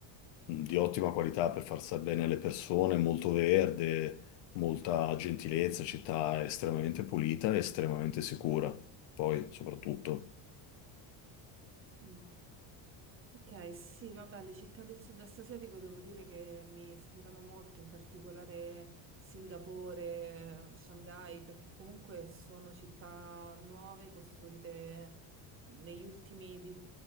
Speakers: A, on the left; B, on the right.
A: mm, di ottima qualità per far stare bene le persone, molto verde, molta gentilezza, città estremamente pulita e estremamente sicura, poi soprattutto.
B: Mm. Ok, sì, vabbè, le città del sud-est asiatico devo dire che mi ispirano molto, in particolare Singapore, Shanghai, perché comunque sono città nuove costruite negli ultimi di-